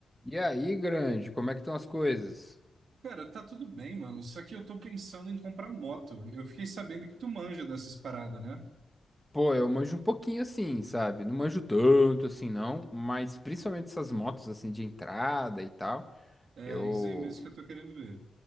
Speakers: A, in the centre; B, on the right.
A: E aí, grande, como é que estão as coisas?
B: Cara, tá tudo bem, mano. Só que eu tô pensando em comprar moto. Eu fiquei sabendo que tu manja dessas paradas, né?
A: Pô, eu manjo um pouquinho assim, sabe? Não manjo tanto assim, não, mas principalmente essas motos assim de entrada e tal.
B: É
A: Eu.
B: isso aí mesmo que eu tô querendo ver.